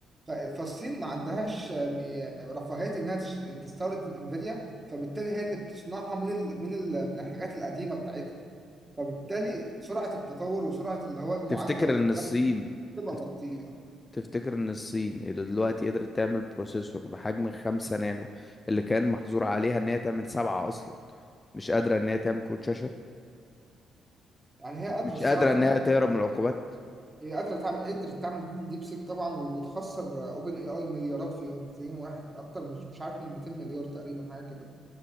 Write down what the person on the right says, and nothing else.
ف... فالصين ما عندهاش آم، آه، رفاهيه انها تش... تستورد من انفيديا فبالتالي هي اللي بتصنعها من ال... من ال... من الحاجات القديمه بتاعتها فبالتالي سرعه التطور وسرعه اللي هو المعالجه
والكلام
ده تبقى
بطيئه
يعني هي
قادره الصراحه
هي قادرة تعمل قدرت تعمل ديب سيك طبعا وتخسر اوبن اي اي مليارات في يوم في يوم واحد اكتر مش مش عارف من 200 مليار تقريبا حاجة كده